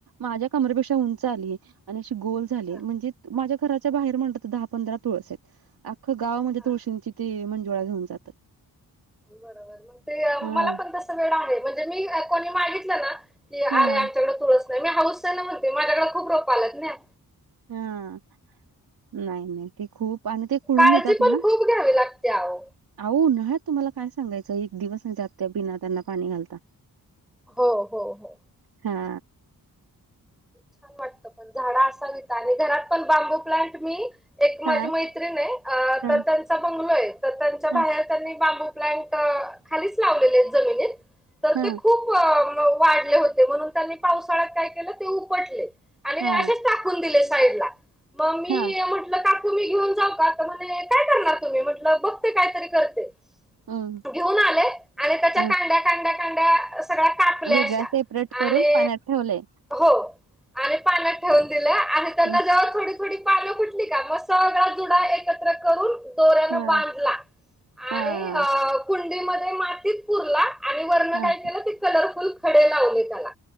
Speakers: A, on the right; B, in the centre.
A: माझ्या कमरेपेक्षा उंच आलीय आणि अशी गोल झाले
B: हा
A: म्हणजे माझ्या घराच्या बाहेर म्हणलात तर दहा पंधरा तुळसयत अख्खं गाव म्हणजे
B: हा
A: तुळशींची ते मंजुळा घेऊन जातात.
B: बरोबर मंग ते
A: हा
B: मला पण तसं वेड आहे म्हणजे मी कोणी मागितलं ना की अरे
A: हा
B: आमच्याकडे तुळस नाही मी हाऊसनं म्हणते माझ्याकडे खूप रोपं आल्यात न्ह्या.
A: हा नाही नाही. ते खूप पान ते कुळून
B: काळजी
A: येतात
B: पण
A: ना.
B: खूप घ्यावी लागते अहो.
A: अहो. उन्हाळ्यात तुम्हाला काय सांगायचं. एक दिवस नाही जात. बिना त्यांना पाणी नाही घालता.
B: हो हो हो.
A: हा.
B: छान वाटत. पण झाड असावीत. आणि घरात पण बांबू प्लांट मी एक
A: हां,
B: माझी मैत्रिण आहे अ
A: हां,
B: तर त्याचा बंगलो आहे. तर त्यांच्या
A: हां,
B: बाहेर त्यांनी बांबू प्लांट खालीच लावलेले जमिनीत तर
A: हां,
B: ते खूप वाढले होते. म्हणून त्यांनी पावसाळ्यात काय केलं ते उपटले. आणि
A: हां,
B: असेच टाकून दिले साईडला मग मी
A: हां,
B: म्हट ल काकू मी घेऊन जाऊ का? तर म्हंटले काय करणार तुम्ही? म्हटल बघते काहीतरी करते.
A: हं,
B: घेऊन आले. आणि त्याच्या
A: हं.
B: कांड्या, कांड्या, कांड्या सगळ्या कापल्या
A: वेगळा
B: अशा
A: सेपरेट करून
B: आणि
A: पाण्यात ठेवलंय.
B: हो. आणि पाण्यात ठेवून दिलं आणि त्यांना
A: हं,
B: जे थोडी थोडी पान फूटली का मग सगळा जुडा एकत्र करून दोऱ्यानं
A: हां,
B: बांधला
A: हां,
B: आणि अ कुंडीमध्ये मातीत पुरला. आणि वरण
A: हां,
B: काय केलं ते कलरफुल खडे लावले त्याला